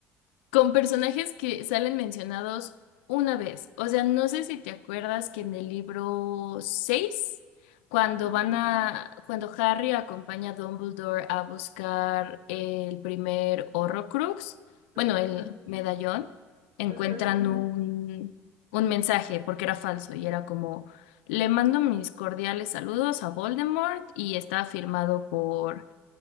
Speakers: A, on the left; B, on the right.
A: con personajes que salen mencionados una vez. O sea, no sé si te acuerdas que en el libro 6, cuando
B: ajá,
A: van a, cuando Harry acompaña a Dumbledore a buscar el primer Horrocrux,
B: ajá,
A: bueno, el medallón, encuentran
B: ajá.
A: Ujú. un, un mensaje porque era falso y era como, le mando mis cordiales saludos a Voldemort y está firmado por